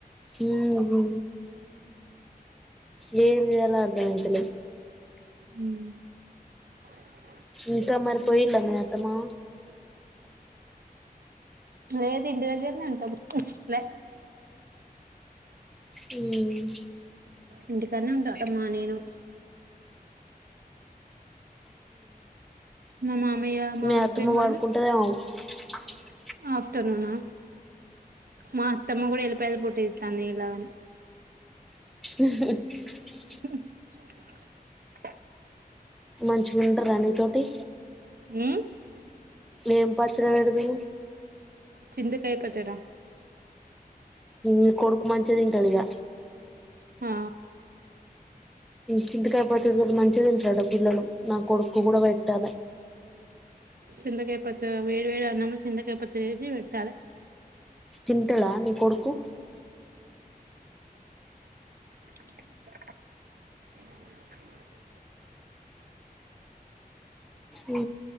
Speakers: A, in the centre; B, on the right.
A: ఉహు ఏ ఏం చేయాలో అర్థం అయితలేదు.
B: హ
A: ఇంకా మరిపోయిల మీ అత్త మామ
B: లేదు ఇంటి దగ్గరనే ఉంటాము లే
A: హుమ్మ్
B: ఇంటికనే ఉంటామ్మా అత్తమ్మ నేను మా మామయ్య మా
A: మీ
B: హస్బెండ్
A: అత్తమ పడుకుంటదేమొ హూ <unintelligible>
B: ఆఫ్టర్నూన్నా మా అతమ్మ కూడా ఎలిపయలు పొట్టు తీస్తోంది నీ లాగానే.
A: <unintelligible>
B: <unintelligible>
A: మంచిగుంటదా నితోటి
B: ఊ
A: నేం పాత్ర ఏడుదు
B: చింతకాయ పచ్చడ
A: ఇ కొడుకు మంచిగా తింటాదిగా
B: ఆ
A: చింతకాయపచ్చడి తో మంచిగా తింటాడు. పిల్లలు నా కొడుకు కూడా పెట్టాలి.
B: చింతకాయ పచ్చడి వేడి వేడి అన్నం లో చింతకాయ పచ్చడి వేసి పెట్టాలి.
A: తింటాడా ని కొడుకు
B: <unintelligible>
A: ఊ